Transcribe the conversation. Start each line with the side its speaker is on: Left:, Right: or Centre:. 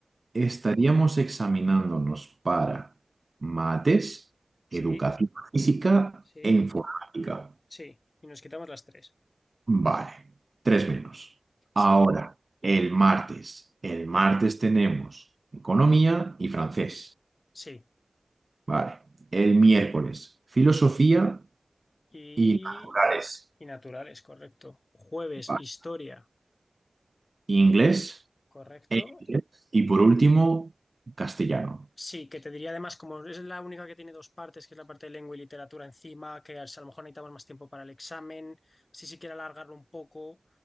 Right: estaríamos examinándonos para mates,
Left: sí,
Right: educación física
Left: sí,
Right: e informática.
Left: sí. Y nos quitamos las tres.
Right: Vale, tres menos. Ahora,
Left: Sí,
Right: el martes. El martes tenemos economía y francés.
Left: sí, sí.
Right: Vale. El miércoles, filosofía
Left: Y,
Right: y naturales.
Left: y naturales, correcto. Jueves,
Right: Vale.
Left: historia,
Right: Inglés
Left: correcto.
Right: e inglés. Y por último, castellano.
Left: Sí, que te diría además, como es la única que tiene dos partes, que es la parte de lengua y literatura encima, que a lo mejor necesitamos más tiempo para el examen, si se quiere alargarlo un poco,